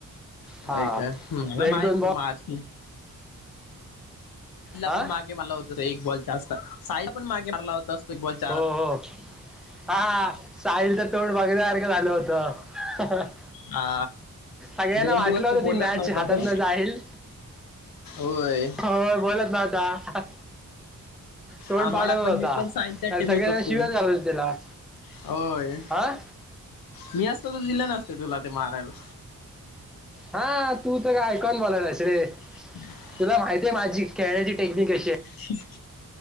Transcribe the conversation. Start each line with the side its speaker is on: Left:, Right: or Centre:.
Left: य
Centre: हा
Left: आहे काय मला
Centre: एक
Left: माहती
Centre: दोन
Left: होते
Centre: बॉल
Left: मारती.
Centre: हा
Left: पण मागे म्हणलं होत. एक बॉल जास्त साय पण मागे मारला होता. <unintelligible>
Centre: हो हो हा साहिलच तोंड बघल्यासारखं झालं होत.
Left: हा
Centre: सगळ्यांना
Left: दोन
Centre: वाटलं
Left: दिवस तो
Centre: होत
Left: बोलत
Centre: ती मॅच
Left: नव्हता
Centre: हातात
Left: तो
Centre: न जाईल.
Left: होय
Centre: हो बोलत नव्हता. तोंड
Left: आम्हाला
Centre: पाडत
Left: पण
Centre: होता
Left: मी पण साईडच्या टीम
Centre: सगळे
Left: येत होतो
Centre: जण शिवय झाल होते त्याला
Left: होय
Centre: हा.
Left: मी असतो त दिला नसत तुला ते मारायला.
Centre: हा तू तर का ऐकॉून बोलायलायस रे.
Left: हम् <inaudible>
Centre: तुला माहतीय माझी खेळण्याची टेक्निक अशी आहे.
Left: ह <inaudible>